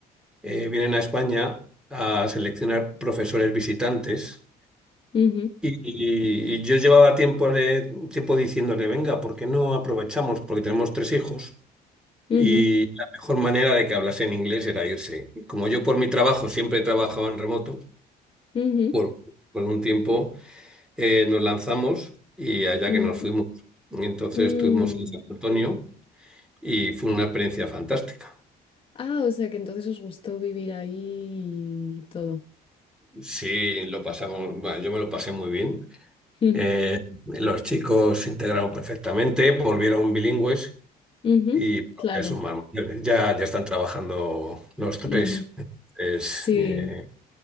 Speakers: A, in the centre; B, on the left (about 30°).
A: eh, vienen a España a seleccionar profesores visitantes.
B: ujú,
A: Y, y- y yo llevaba tiempo, le- tiempo diciéndole, venga, ¿por qué no aprovechamos? Porque tenemos tres hijos
B: ujú,
A: y
B: ujú.
A: la mejor manera de que hablasen inglés era irse. Como yo por mi trabajo siempre he trabajado en remoto,
B: ujú.
A: por, por un tiempo. eh, nos lanzamos y allá
B: Ujú.
A: que nos fuimos. Entonces
B: Mm.
A: estuvimos en San Antonio y fue una experiencia fantástica.
B: Ah, o sea que entonces os gustó vivir ahí y todo.
A: Sí, lo pasamos, bueno, yo me lo pasé muy bien.
B: <laughs>
A: Eh, los chicos se integraron perfectamente, volvieron bilingües
B: Ujú,
A: y bueno,
B: Claro.
A: ya son más mayores, ya, ya están trabajando los tres.
B: Ujú.
A: Entonces,
B: Sí,
A: eh,